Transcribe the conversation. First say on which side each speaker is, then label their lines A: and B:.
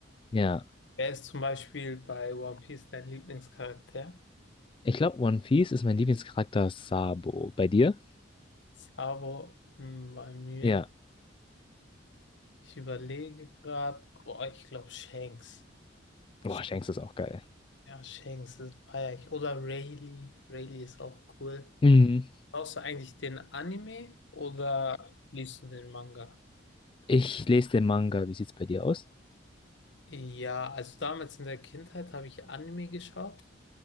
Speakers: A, on the left; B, on the left.
A: Ja,
B: Er ist zum Beispiel bei One Piece dein Lieblingscharakter,
A: ich glaube, One Piece ist mein Lieblingscharakter Sabo. Bei dir?
B: aber hm, bei mir,
A: Ja.
B: ich überlege gerade, boah, ich glaube Shanks.
A: Boah,
B: Sch-
A: Shanks ist auch geil.
B: Ja, Shanks, ist feier ich. Oder Rayleigh. Rayleigh ist auch cool.
A: Mhm.
B: Schaust du eigentlich den Anime oder liest du den Manga?
A: Ich lese den Manga. Wie sieht's bei dir aus?
B: Ja, also damals in der Kindheit habe ich Anime geschaut,